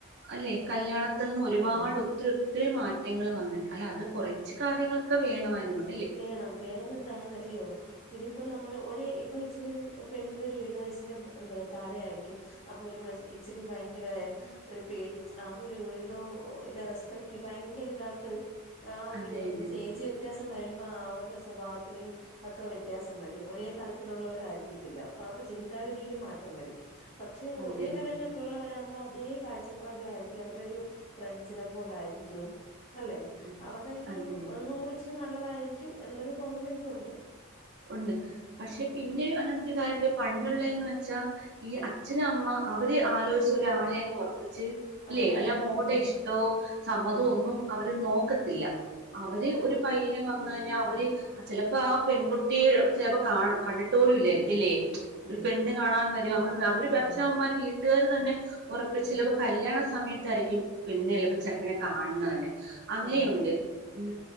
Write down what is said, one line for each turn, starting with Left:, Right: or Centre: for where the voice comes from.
Right: അല്ലെ. കല്യാണത്ത്ൽന്ന് ഒരുപാടു
Left: ആഹ്
Right: ത്ത്രി ഒത്ത്രി മാറ്റങ്ങൾ വന്ന്, അല്ല അത് കുറച്ച് കാര്യങ്ങളൊക്കെ വേണമായിരുന്ന്.
Left: വേണം. വേറൊന്ന് എന്താണ്ന്നറിയോ. ഇതിപ്പം നമ്മള് ഒരേ ഇപ്പൊ ഇച്ചിരി പെണ്ണിനൊരു ഏഴു വയസ്സിന്റെ എന്തുവാ താഴെ ആയിരിക്കും. അപ്പൊ ഒരു മ ഇച്ചിരി ഭയങ്കര ഒരു പേടിച്ച് ആഹ് ഒരു എന്തോ ഇല്ല റെസ് പക്റ്റ് ഭയങ്കര ഇതായിട്ട് ആ ഒരു
Right: അതെ
Left: എന്ന്
Right: അതെ.
Left: വെച്ചാ ഏയ്ജ് വെ <unintelligible> വരുമ്പോ അവരുടെ സ്വഭാവത്തിലും ഒക്കെ വ്യത്യാസം വരും. ഒരേ തലത്തിലുള്ളവരായിരിക്കത്തില്ല. അപ്പൊ അവരുടെ ചിന്താഗതിയിലും മാറ്റം വരും. പക്ഷെ,
Right: അതെ
Left: ഒരേ
Right: അതെ.
Left: ലെവലിലെ ള്ളവരാകുമ്പോ അതേ കാഴ്ചപ്പാടിലായിരിക്കും അവരരു ഫ്രണ്ട്സിനെ പോലായിരിക്കും. അല്ലെ?
Right: ഉം.
Left: അവരുടെ ഒരു
Right: അതെ അതെ.
Left: ഒന്നും കൂടി ഇച്ചിരി നല്ലതായിരിക്കും എന്നൊരു തോന്നൽ എനിക്കുണ്ട്.
Right: ഉണ്ട്. പക്ഷെ,
Left: ഉം
Right: പിന്നെ അനത്തരു കാര്യണ്ട് പണ്ടുള്ളന്ന് വെച്ചാ, ഈ അച്ഛന് അമ്മ... അവര് ആലോചിച്ച് ഒരാളെ അങ്ങ് ഉറപ്പിച്ച്...
Left: അതെ
Right: ഇല്ലേ? അല്ല മോളുടെ
Left: ഉം
Right: ഇഷ്ടോ സമ്മതോ
Left: ഉം
Right: ഒന്നും... അവര് നോക്കത്തില്ല. അവര്
Left: അതെ അതെ
Right: ഒരു പയ്യനെ വന്ന് കഴിഞ്ഞാൽ അവര് ചിലപ്പോ ആ പെൺകു ട്ടി ചിലപ്പോ കണ്ടിട്ട് പോലുംല്ലായിരിക്കും അല്ലേ?
Left: ഉം
Right: പെണ്ണ് കാണാൻ വരും, അങ്ങനെ അവര്
Left: ആഹ്
Right: അച്ഛനാവന്മാർ വീട്ടുകാർ തന്നെ ഉറപ്പിച്ച്
Left: ഉം
Right: ചിലപൊ... കല്യാണ സമയത്തായിരിക്കും... പെന്നെ ചെലപ്പ
Left: ഉം
Right: ചെറക്കിനെ കാണുന്നതന്നെ, അങ്ങനെയുണ്ട്.
Left: അതെ അതെ
Right: ഉം